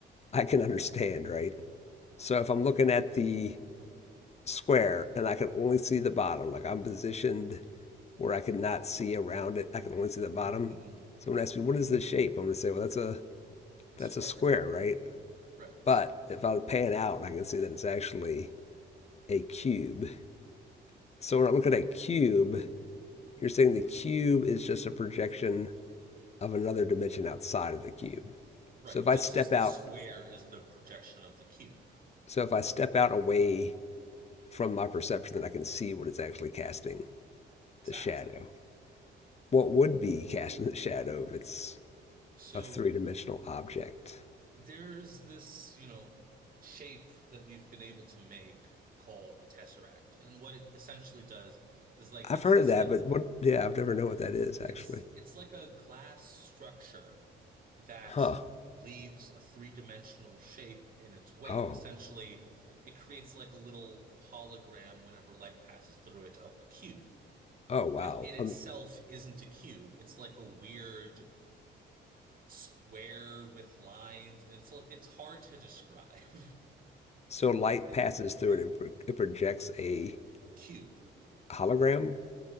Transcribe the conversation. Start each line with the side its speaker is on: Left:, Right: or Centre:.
Left: I can understand, right? So if I'm looking at the square and I can only see the bottom, like I'm positioned where I could not see around it, I can only see the bottom.
Right: A
Left: Someone asked me, "What is the shape?" I'm going to say, "Well, that's a That's
Right: square.
Left: a square, right?
Right: Right.
Left: But if I would pan out, I can see that it's actually a cube. So when I look at a cube, you're saying the cube is just a projection of another dimension outside of the cube.
Right: Right,
Left: So if I
Right: just
Left: step
Right: as the
Left: out,
Right: square is the projection of the cube.
Left: so if I step out away from my perception, then I can see what it's actually casting,
Right: Exactly.
Left: the shadow. What would be casting the shadow if it's
Right: So
Left: a three-dimensional object?
Right: there's this, you know, shape that we've been able to make called a tesseract. And what it essentially does is like
Left: I've
Right: it's
Left: heard
Right: this
Left: of that,
Right: like
Left: but what, yeah, I've never known what that is actually.
Right: it's it's like a glass structure that
Left: Huh.
Right: leaves a three-dimensional shape in its wake.
Left: Oh.
Right: Essentially, it creates like a little hologram whenever light passes through it of a cube.
Left: Oh, wow.
Right: but it itself
Left: Um,
Right: isn't a cube. It's like a weird square with lines. It's it's hard to describe. <laughs>
Left: So light
Right: It- It's
Left: passes
Right: easier
Left: through it and pro- it projects a
Right: cube.
Left: hologram. <laughs>